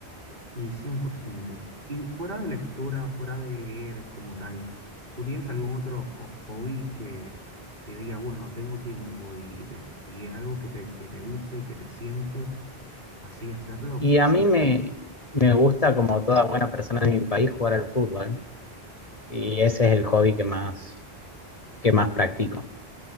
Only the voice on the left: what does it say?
Y a mí me, me gusta, como toda buena persona de mi país, jugar al fútbol. Y ese es el hobby que más, que más practico.